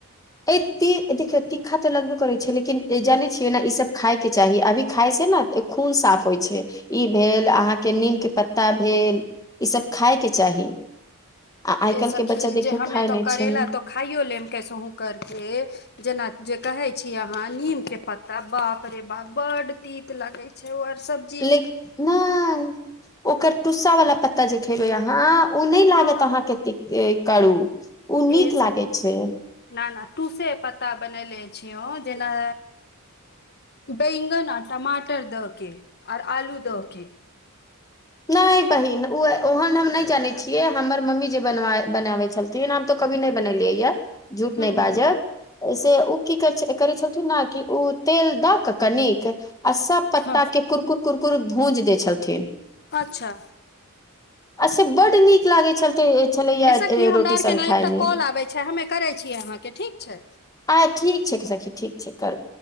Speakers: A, on the left; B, on the left.
A: अ ती देखियौ तीखा तऽ लगबे करै छै, लेकिन जाने छियै, नऽ ई सब खाय के चाही अभी खाइ सै नऽ खून साफ होइ छै, ई भेल अहाँके नीम के पत्ता भेल ई सब खायके चाही आ आइ
B: ए
A: काईल्ह
B: सखी
A: के बच्चा देखियौ
B: जे हमे
A: खाय
B: तो
A: नहि
B: करेला
A: छै।
B: तो खाइयो लेब कैसहुँ करिके जेना जे कहे छी, अहाँ नीम के पत्ता बाप रे बाप बड तीत लगे छै, आर सब।
A: लेकिन नय ओकर टुस्सा वाला पत्ता जे खेबै अहाँ ओ नई लागत
B: हँ
A: अहाँ कतेक करू। ओ नीक
B: ए सब
A: लागै छै
B: ना - ना तूसे पत्ता बनेले छियौ जेना बैंगन आ टमाटर द के आओर आलू द के
A: नैय बहिन ओ ओहन हम नई जानै छियै हमर मम्मी जे बनाबै छल तेहन हम तऽ कभी नहि बनेलियै या झूठ
B: हूँ
A: नई
B: हूँ
A: बाजब -- से ऊ की कर करै छलथिन न कि ओ तेल दऽ कऽ कनिक अ सब पत्ता
B: हँ
A: के कुरकुर कुरकुर भूज दै छलथिन।
B: अच्छा
A: आ से बड्ड नीक लागै छल छलैया
B: ऐ सखि हमरा
A: रोटी
B: बाहर के
A: संग
B: नयि
A: खाय मे
B: आबै छै हमे करै छियै अहाँ के ठीक छै।
A: आ ठीक छै सखी ठीक छै कर